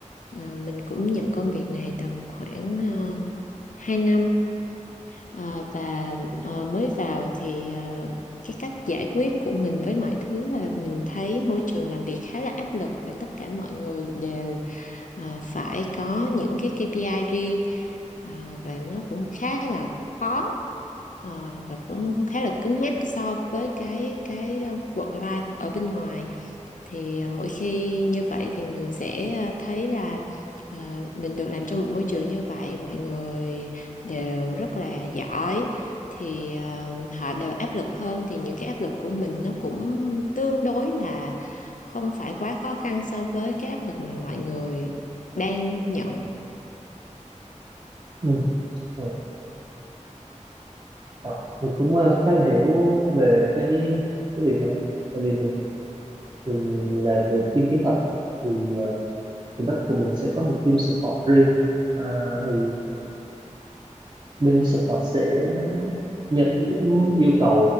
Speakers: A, on the left; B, on the right.
A: Ờ, mình cũng nhận công việc này tầm khoảng uh, 2 năm Ờ, và ờ, mới vào thì ờ, cái cách giải quyết của mình với mọi thứ là mình thấy môi trường làm việc khá là áp lực và tất cả mọi người đều ờ, phải có những cái KPI riêng Ờ, và nó cũng khá là khó Ờ, và cũng khá là cứng nhắc so với cái cái ờ, work life ở bên ngoài thì à, mỗi khi như vậy thì mình sẽ à, thấy là à, mình được làm trong một môi trường như vậy mọi người đều rất là giỏi thì à, họ đều áp lực hơn thì những cái áp lực của mình nó cũng tương đối là không phải quá khó khăn so với cái áp lực mà mọi người đang nhận
B: Ừ. Ừ. Ờ, Mình cũng ờ, khá là hiểu về cái cái việc này tại vì mình mình là về team kỹ thuật thì uh, ở đất của mình sẽ có một team support riêng Ờ, thì bên support sẽ nhận những yêu cầu